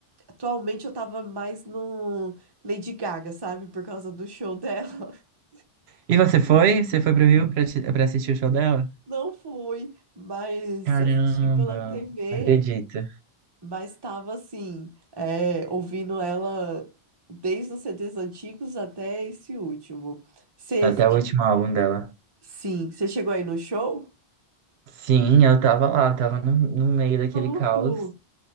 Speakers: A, on the right (about 25°); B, on the right (about 80°).
A: Atualmente eu tava mais no Lady Gaga, sabe? Por causa do show dela. <laughs>
B: E você foi? Você foi pro Rio pra, assi- pra assistir o show dela?
A: Não fui, mas
B: Caramba,
A: assisti pela TV,
B: não acredito.
A: mas tava, assim, é, ouvindo ela desde os CDs antigos até esse último. Cê...
B: Até o último álbum dela.
A: Sim, você chegou aí no show?
B: Sim, eu tava lá, tava no, no meio daquele
A: Tudo!
B: caos.